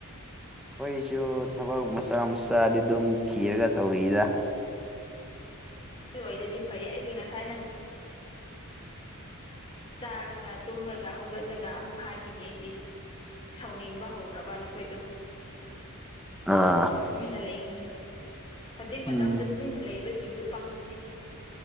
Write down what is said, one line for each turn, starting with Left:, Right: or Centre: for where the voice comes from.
Centre: ꯑꯩꯈꯣꯏꯁꯨ ꯊꯕꯛ ꯃꯆꯥ ꯃꯆꯥꯗꯤ ꯑꯗꯨꯝ ꯊꯤꯔꯒ ꯇꯧꯔꯤꯗ
Left: ꯑꯗꯨ ꯑꯣꯏꯔꯗꯤ ꯐꯩ ꯑꯩꯗꯤ ꯉꯁꯥꯏ ꯅꯪ ꯆꯥꯔꯒ ꯇꯨꯝꯔꯒ ꯍꯧꯒꯠꯂꯒ ꯑꯃꯨꯛ ꯍꯥꯏꯕꯒꯤ ꯑꯩꯗꯤ ꯁꯥꯎꯅꯤꯡꯕ ꯍꯧꯈ꯭ꯔꯕ ꯅꯈꯣꯏꯗꯣ
Centre: ꯑꯥ
Left: ꯇꯨꯃꯤꯟꯅ ꯂꯩꯒꯅꯨ ꯍꯧꯖꯤꯛ
Centre: ꯎꯝ
Left: ꯃꯇꯝꯗ ꯇꯨꯃꯤꯟꯅ ꯂꯩꯕꯁꯤꯡꯗꯨ ꯄꯪꯕꯅꯤ